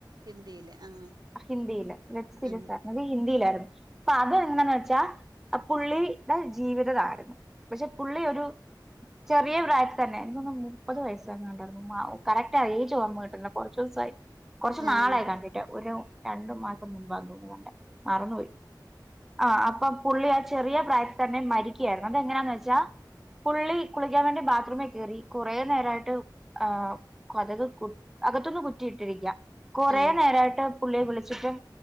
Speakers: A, on the right; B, in the centre.
A: ഹിന്ദിയിലെ ആഹ്
B: ഹിന്ദിയില് <unintelligible>
A: ഉം
B: അത് ഹിന്ദിയിലായിരുന്നു അപ്പ അതെന്താന്ന് വെച്ചാ പുള്ളിയുടെ ജീവിതതായിരുന്നു പക്ഷെ പുള്ളി ഒരു ചെറിയ പ്രായത്തി തന്നെ എനിക്കൊന്നുന്നു മുപ്പത് വയസങ്ങാണ്ടണെ ഉം കറക്റ്റാ ഏജ് ഓർമ കിട്ടുന്നില്ല കൊറച്ച് ദിവസായി കൊറച്ച്
A: ആഹ്
B: നാളായി കണ്ടിട്ടേ ഒരു രണ്ടു മാസം മുമ്പാന്ന് തോന്നുന്നു കണ്ടേ മറന്നുപോയി ആഹ് അപ്പം പുള്ളി ആ ചെറിയ പ്രായത്തി തന്നെ മരിക്കുകയായിരുന്നു അതെങ്ങനാന്ന് വെച്ചാ പുള്ളി കുളി കുളിക്കാൻ വേണ്ടി ബാത്റൂമി കയറി കുറേ നേരായിട്ട് ആ കൊതത് കു അകത്തൊന്ന് കുറ്റിയിട്ടിരിക്കാ കൊറേ
A: ആഹ്
B: നേരായിട്ട് പുള്ളിയെ വിളിച്ചിട്ടും